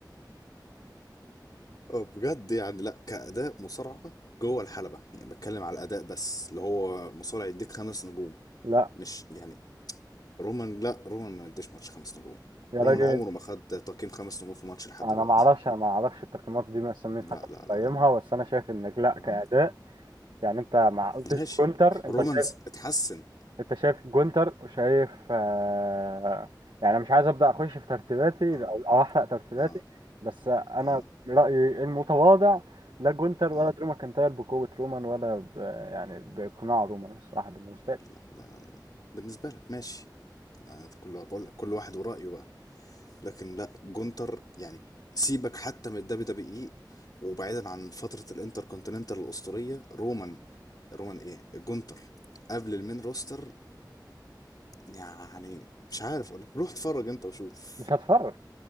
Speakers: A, on the left (about 55°); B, on the right (about 90°).
A: اه بجد يعني لا كأداء مصارعة جوه الحلبة يعني بتكلم على الأداء بس اللي هو مصارع يديك خمس نجوم
B: لا
A: مش يعني رومان لا رومان ما يديش ماتش خمس نجوم
B: يا
A: رومان
B: راجل
A: عمره ما خد تقييم خمس نجوم في ماتش لحد
B: انا
A: دلوقتي
B: ما اعرفش انا ما اعرفش التقييمات دي مثلا مين
A: لا
B: حتى
A: لا لا
B: بيقيمها
A: لا
B: بس انا شايف انك لا
A: آه.
B: كأداء يعني انت ما قلتش
A: ماشي
B: كونتر انت
A: رومانز
B: شايف
A: اتحسن
B: انت شايف جونتر وشايف آه، يعني انا مش عايز ابدا اخش في ترتيباتي
A: اه
B: او أو احرق ترتيباتي
A: اه
B: بس انا
A: اه
B: رايي المتواضع لا جونتر ولا
A: اه
B: درو ماكنتاير بقوه رومان ولا ب... يعني باقناع رومان الصراحه بالنسبه لي
A: لا لا لا, لا. بالنسبة لك ماشي أنا كل بقول لك كل واحد ورأيه بقى لكن لا جونتر يعني سيبك حتى من الدبليو دبليو اي وبعيدا عن فترة الانتر كونتيننتال الأسطورية رومان رومان ايه جونتر قبل المين روستر يعني مش عارف اقول لك روح اتفرج انت وشوف
B: مش هتفرج